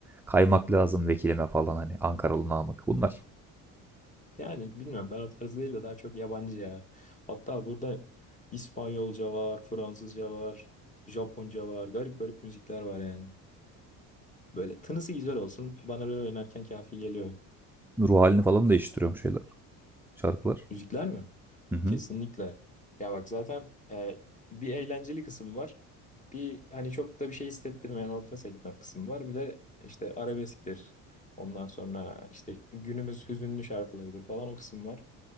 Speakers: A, in the centre; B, on the left.
A: Kaymak lazım vekilime falan hani Ankaralı Namık. Bunlar
B: Yani bilmiyorum ben o tarz değil de daha çok yabancı ya. Hatta burada İspanyolca var, Fransızca var, Japonca var. Garip garip müzikler var yani. Böyle tınısı güzel olsun. Bana böyle oynarken kafi geliyor.
A: ruh halini falan değiştiriyorum şeyler. Şarkılar.
B: Müzikler mi?
A: Hı hı.
B: Kesinlikle. Ya bak zaten e, bir eğlenceli kısım var. Bir hani çok da bir şey hissettirmeyen orta segment kısım var. Bir de işte arabesktir. Ondan sonra işte günümüz hüzünlü şarkılarıdır falan o kısım var.